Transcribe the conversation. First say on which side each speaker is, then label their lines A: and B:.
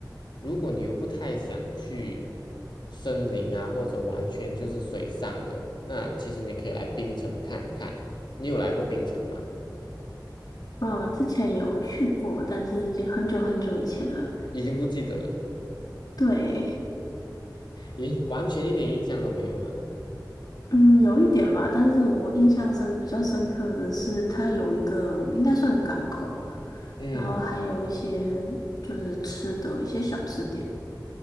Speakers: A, on the left (about 80°); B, on the left (about 60°).
A: 如果你又不太想去森林啊，或者完全就是水上的，那其实你可以来冰城看看。你有来过冰城吗？
B: 嗯，之前有去过，但是已经很久很久以前了。
A: 已经不记得了，
B: 对，
A: 也完全一点印象都没有吗？
B: 嗯，有一点吧，但是我印象深比较深刻的是，它有一个应该算港口吧，
A: 嗯
B: 然后还有一些就是吃的一些小吃店。